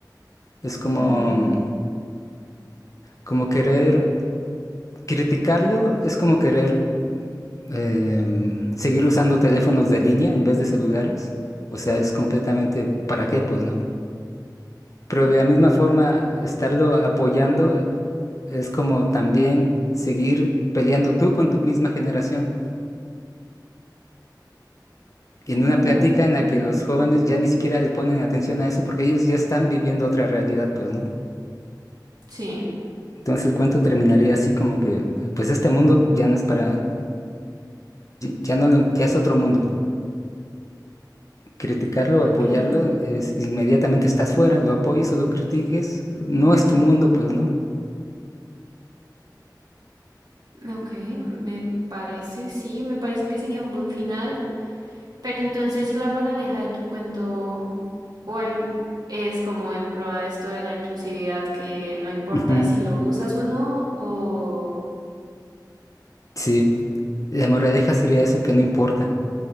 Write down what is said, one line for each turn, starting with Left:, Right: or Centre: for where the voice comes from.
Left: Es como,
Right: Ujú.
Left: como querer criticarlo, es como querer em, seguir usando teléfonos de línea en vez de celulares. O sea, es completamente, ¿para qué, pues, no? Pero de la misma forma, estarlo apoyando es como también seguir peleando tú con tu misma generación. Y en
Right: Uh,
Left: una plática en la
Right: entiendo.
Left: que los jóvenes ya ni siquiera le ponen atención a eso porque ellos ya están viviendo otra realidad, pues, ¿no?
Right: Sí,
Left: Entonces el cuento terminaría así como que, pues este mundo ya no es para, y- ya no lo- ya es otro mundo. Criticarlo,
Right: ok,
Left: apoyarlo, es- inmediatamente estás fuera, lo apoyes o lo critiques, no es tu mundo, pues, ¿no?
Right: ok, me parece, sí, me parece que sería un buen final, pero entonces la moraleja de tu cuento, ¿cuál es como en pro de esto de la inclusividad, que no importa
Left: Ujú.
Right: si lo usas o no, o,
Left: Sí, la moraleja sería eso que no importa.